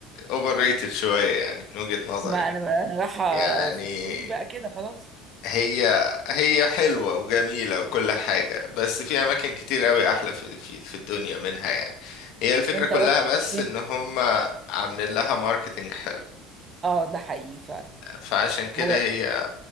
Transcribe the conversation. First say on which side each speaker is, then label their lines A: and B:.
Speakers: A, on the left (about 65°); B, on the right (about 30°).
A: أوفر ريتد شوية يعني من وجهة نظري
B: ما أنا أنا رايحة
A: يعني
B: في فري بقى كده خلاص
A: هي هي حلوة وجميلة وكل حاجة بس في أماكن كتير أوي أحلى في في في الدنيا منها يعني هي الفكرة
B: أنت
A: كلها
B: رحت
A: بس
B: فين؟
A: إن هم عاملين لها ماركتينج حلو
B: اه ده حقيقي فعلا
A: فعشان كده
B: هو
A: هي